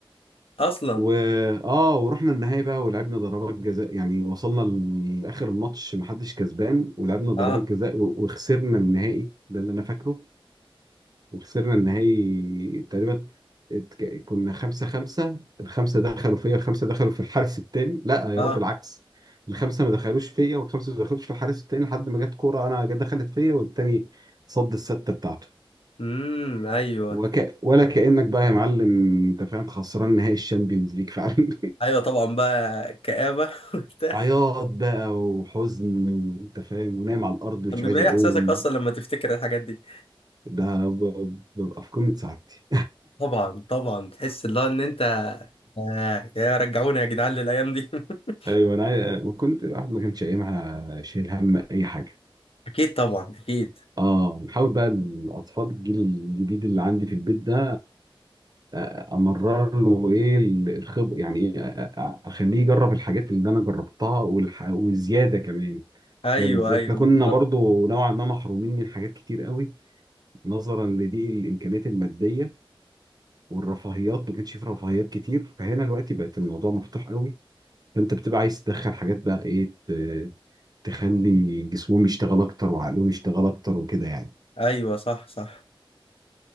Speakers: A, on the left; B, on the right.
A: <laughs> اصلا
B: و اه ورحنا النهائي بقى ولعبنا ضربات جزاء يعني وصلنا لاخر الماتش محدش كسبان ولعبنا ضربات
A: اه
B: جزاء و- وخسرنا النهائي ده اللي انا فاكره وخسرنا النهائي تقريبا اتك- كنا خمسة خمسة الخمسة دخلوا فيا الخمسة دخلوا في الحارس التاني لا يا
A: اه
B: رب العكس الخمسة ما دخلوش فيا والخمسة ما دخلوش في الحارس التاني لحد ما جت كورة أنا جت دخلت فيا والتاني صد الستة بتاعته
A: امم ايوه
B: وك... ولا كأنك بقى يا معلم أنت فاهم خسران نهائي الشامبيونز ليج فعلا <laughs>
A: ايوه طبعا بقى كآبة <laughs> وبتاع
B: عياط بقى وحزن وأنت فاهم ونايم على الأرض مش
A: طب بيبقى
B: عايز أقوم
A: ايه احساسك اصلا لما تفتكر الحاجات دي
B: ده ب- ببقى في قمة سعادتي
A: طبعا طبعا تحس اللي هو ان انت آه يا رجعوني يا جدعان للايام دي <laughs>
B: ايوه انا عاي- وكنت الواحد ما كانش ايامها شايل هم اي حاجه
A: اكيد طبعا اكيد
B: اه نحاول بقى الاطفال الجيل الجديد اللي عندي في البيت ده آه، امرر له ايه الخبر يعني ايه آه، آه، اخليه يجرب الحاجات اللي انا جربتها والح... وزياده كمان
A: ايوه
B: فاهم ازاي
A: ايوه
B: احنا كنا
A: بالظبط
B: برضو نوعا ما محرومين من حاجات كتير قوي نظرا لضيق الامكانيات الماديه والرفاهيات ما كانش في رفاهيات كتير فهنا دلوقتي بقت الموضوع مفتوح قوي فانت بتبقى عايز تدخل حاجات بقى ايه ت- تخلي جسمهم يشتغل اكتر وعقلهم يشتغل اكتر وكده يعني
A: ايوه صح صح